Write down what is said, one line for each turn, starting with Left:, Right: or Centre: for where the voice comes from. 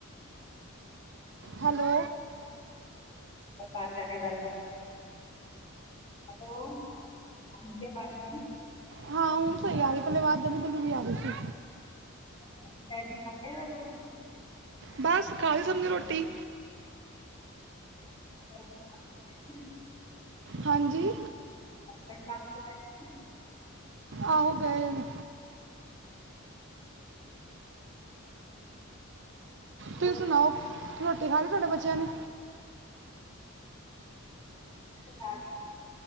Right: ਹੈਲੋ
Left: ਬਾਹਰ ਜਾ ਕੇ ਗੱਲ ਅ ਮ ਹੈਲੋ ਹਾਂਜੀ ਮਾਤਾ
Right: ਹਾਂ ਹੁਨ ਸਹੀ ਆ ਰਹੀ ਅਵਾਜ ਦੱਬੀ ਦੱਬੀ ਜੀ ਆ ਰਹੀ ਸੀ
Left: ਮੰਮੀ ਡੈਡੀ ਖਾ ਗਏ ਨਾ ਰੋਟੀ
Right: ਬਸ ਖਾਲੀ ਸਭ ਨੇ ਰੋਟੀ
Left: ਅਵਾਜ ਆ ਰਹੀ
Right: ਹਾਂਜੀ
Left: ਹਸਬੈਂਡ ਕੰਮ ਤੇ ਚਲ ਗਏ ਜੀ
Right: ਆਹੋ ਗਏ ਨੇ
Left: ਨੇ
Right: ਤੁਸੀ ਸੁਣਾਓ ਰੋਟੀ ਖਾਲੀ ਤੁਹਾਡੇ ਬੱਚਿਆਂ ਨੇ
Left: ਡੈ